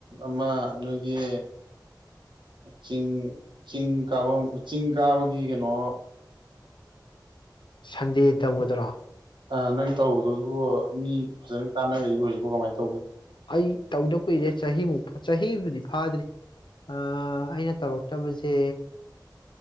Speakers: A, on the right (about 80°); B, on the left (about 85°).
A: ꯑꯃ ꯅꯣꯏꯒꯤ ꯆꯤꯡ ꯆꯤꯡ ꯀꯥꯕ ꯆꯤꯡ ꯀꯥꯕꯒꯤ ꯀꯩꯅꯣ
B: ꯁꯟꯗꯦ ꯇꯧꯕꯗꯨꯔꯥ
A: ꯑ ꯅꯪ ꯇꯧꯕꯗꯗꯨꯕꯨ ꯃꯤ ꯐꯖꯅ ꯀꯅ ꯏꯕꯨꯨꯁꯤꯕꯨ ꯀꯃꯥꯏꯅ ꯇꯧꯒꯦ
B: ꯑꯩ ꯇꯧꯗꯕ ꯀꯨꯏꯔꯦ ꯆꯍꯤꯃꯨꯛ ꯆꯍꯤꯕꯨꯗꯤ ꯐꯥꯗ꯭ꯔꯤ ꯑ ꯑꯩꯅ ꯇꯧꯔꯛꯇꯕꯁꯦ